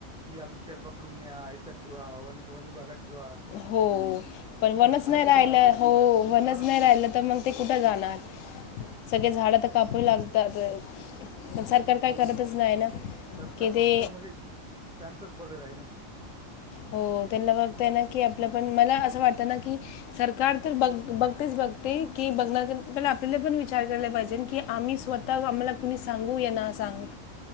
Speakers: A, in the centre; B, on the left.
A: कि या बिबट्याला पकडून न्या, हेच्यात ठेवा व वन वन विभागात ठेवा
B: हो. पण
A: मग
B: वनच
A: तर झाडं
B: नाही
A: कुठं
B: राहिलं
A: लावते
B: हो वनच
A: हा
B: नाही राहिलं तर मग ते कुठं जाणार? सगळे झाडं तर कापू लागतात पण सरकार काय
A: हो
B: करतच
A: ना
B: नाही ना
A: सरकार
B: की ते
A: फक्त म्हणजे त्यांचंच बघत आहे ना
B: हो त्यांना बघतय ना की आपलं पण मला असं वाटतं ना की सरकार तर बघ बघतेच बघते की बघण्या प आपल्याला पण विचार केला पाहिजे की आम्ही स्वतः आम्हाला कुणी सांगू या ना सांगु